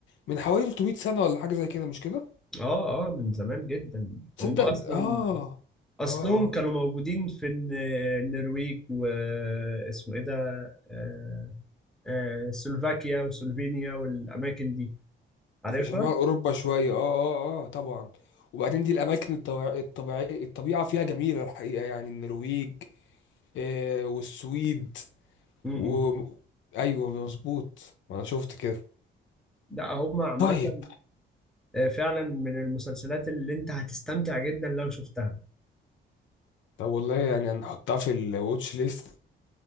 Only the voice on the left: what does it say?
من حوالي 300 سنه ولا حاجه زي كده مش كده
تصدق
اه
اه اه
في شمال اوروبا شويه اه اه اه طبعا وبعدين دي الاماكن الطبيع- الطبيعيه الطبيعه فيها جميله الحقيقه يعني النرويج آه والسويد
و... ايوه مظبوط ما انا شفت كده
طيب
طب والله يعني هنحطها في الواتش ليست